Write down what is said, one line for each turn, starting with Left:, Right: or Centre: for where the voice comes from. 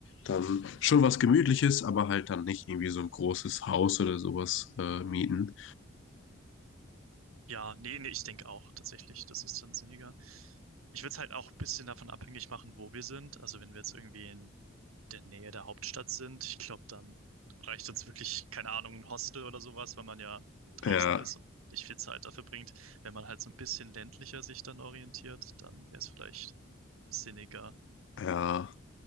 Left: dann schon was Gemütliches, aber halt dann nicht irgendwie so ein großes Haus oder sowas äh, mieten.
Right: Ja, nee, nee, ich denke auch tatsächlich, das ist dann sinniger. Ich würde es halt auch ein bisschen davon abhängig machen, wo wir sind. Also wenn wir jetzt irgendwie in der Nähe der Hauptstadt sind. Ich glaube, dann reicht uns wirklich, keine Ahnung, ein Hostel oder sowas, weil man ja draußen
Left: Ja,
Right: ist und nicht viel Zeit dafür bringt. Wenn man halt so ein bisschen ländlicher sich dann orientiert, dann wäre es vielleicht sinniger.
Left: ja,